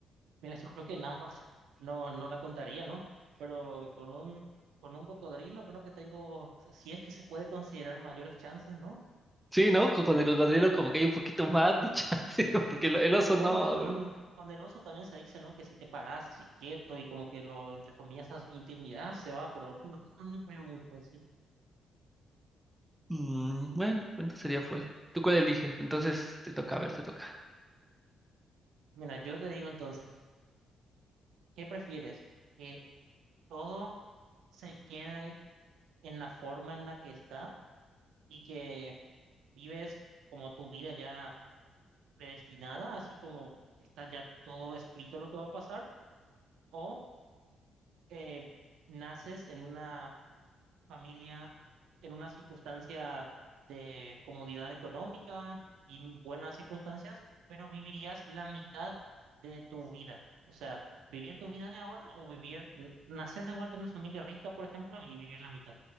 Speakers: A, on the right (about 85°); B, in the centre.
A: mira, yo creo que en ambas no, no la contaría, ¿no? Pero con un, con un cocodrilo creo que tengo, si es que se puede considerar mayores chances, ¿no?
B: Sí, ¿no? Co- Con el cocodrilo como que hay un poquito más de chance, <laughs> porque el, el oso
A: Aunque
B: no.
A: bueno, con un, con el oso también se dice, ¿no? Que si te paras así quieto y como que lo, entre comillas, as- intimidad se va, pero <laughs> no, no me creo mucho así.
B: Mm, bueno, bueno, sería fue. ¿Tú cuál eliges? Entonces te toca, a ver, te toca.
A: Mira, yo te digo entonces, ¿qué prefieres? ¿Que todo se quede en la forma en la que está y que vives como tu vida ya predestinada, así como está ya todo escrito lo que va a pasar? ¿O que naces en una familia en una circunstancia de comodidad económica y buenas circunstancias, pero vivirías la mitad de tu vida. O sea, vivir tu vida de ahora o vivir, n- nacer de vuelta en una familia rica, por ejemplo, y vivir la mitad